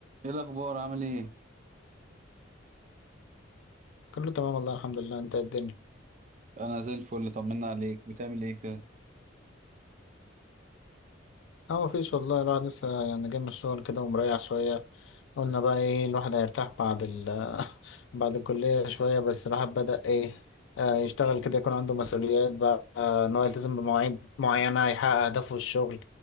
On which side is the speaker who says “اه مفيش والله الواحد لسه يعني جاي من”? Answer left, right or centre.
Left